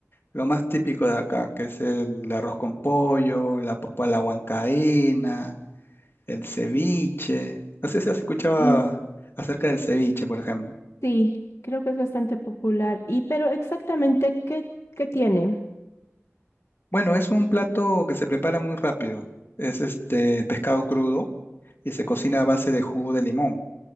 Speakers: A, on the left; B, on the left.
A: lo más típico de acá, que es el arroz con pollo, la papa a la huancaína, el ceviche. No sé si has escuchado
B: mm,
A: acerca del ceviche, por ejemplo.
B: sí, creo que es bastante popular. ¿Y pero exactamente qué, qué tiene?
A: Bueno, es un plato que se prepara muy rápido. Es este pescado crudo y se cocina a base de jugo de limón.